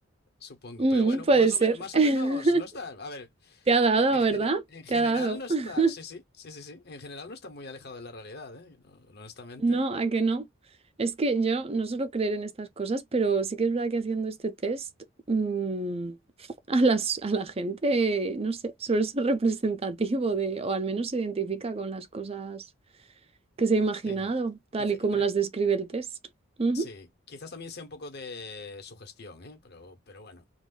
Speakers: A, on the left; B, on the right.
A: supongo.
B: Mm,
A: Pero bueno,
B: puede
A: más
B: ser.
A: o menos, más
B: <laughs>
A: o menos no está. A ver,
B: Te ha dado,
A: en gene-
B: ¿verdad?
A: en general
B: Te ha dado.
A: no está.
B: <laughs>
A: Sí, sí, sí, sí, sí. En general no está muy alejado de la realidad, ¿eh? No- honestamente.
B: No, ¿a que no? Es que yo no suelo creer en estas cosas, pero sí que es verdad que haciendo este test mm, <laughs> a las, a la gente, no sé, suele ser representativo de, o al menos se identifica con las cosas que se ha imaginado,
A: Sí.
B: tal
A: Quizá-
B: y como
A: pero
B: las describe el test. Ujú.
A: Sí, quizás también sea un poco de sugestión, ¿eh? Pero, pero bueno,